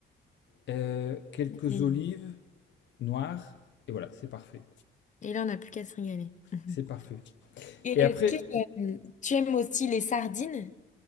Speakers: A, on the left; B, on the left.
A: euh, quelques
B: Et
A: olives noires, et voilà, c'est parfait.
B: et là, on n'a plus qu'à se régaler. <laughs>
A: C'est parfait.
B: Et
A: Et
B: est-ce
A: après,
B: que euh, tu aimes aussi les sardines?